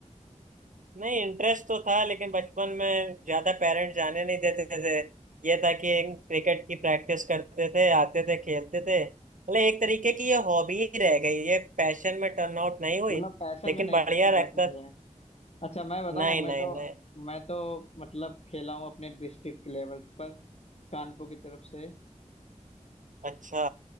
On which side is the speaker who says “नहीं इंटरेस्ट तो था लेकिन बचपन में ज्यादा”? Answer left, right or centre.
Right